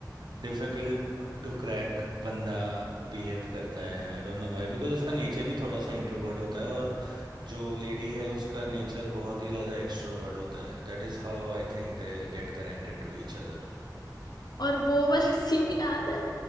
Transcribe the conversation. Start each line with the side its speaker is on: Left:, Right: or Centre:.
Right: डिफिकल्ट टू क्रैक बंदा बिहेव करता है I don't know why because उसका नेचर ही थोड़ा सा इंट्रोवर्ट होता है और जो लेडी है उसका नेचर बहुत ही ज़्यादा एक्सट्रोवर्ट होता है that is how I think they get connected to each other
Left: और वो वाला <laughs> सीन याद है